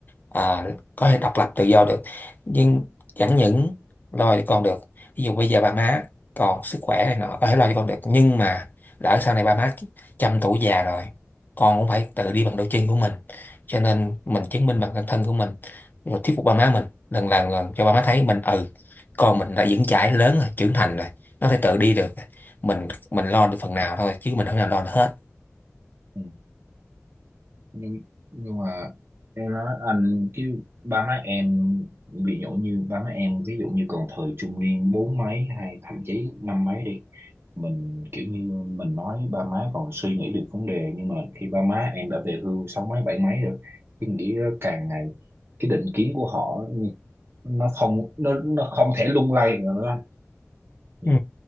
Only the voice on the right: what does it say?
ừ. nhưng nhưng mà em nói anh chứ ba má em ví dụ như ba má em ví dụ như còn thời trung niên bốn mấy hay thậm chí năm mấy đi mình kiểu như mình nói ba má còn suy nghĩ được vấn đề nhưng mà khi ba má em đã về hưu sáu mấy bảy mấy rồi cái nghĩ đó càng ngày cái định kiến của họ nó không nó nó không thể lung lay nữa đó. Dạ.